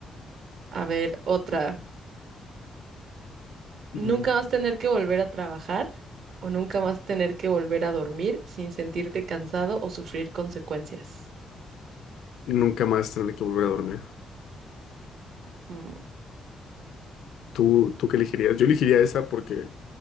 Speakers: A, on the right; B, on the left.
A: A ver, otra. ¿Nunca
B: Mm,
A: vas a tener que volver a trabajar o nunca vas a tener que volver a dormir sin sentirte cansado o sufrir consecuencias?
B: Nunca más tener que volver a dormir.
A: Mm,
B: ¿Tú, tú qué elegirías? Yo elegiría esa porque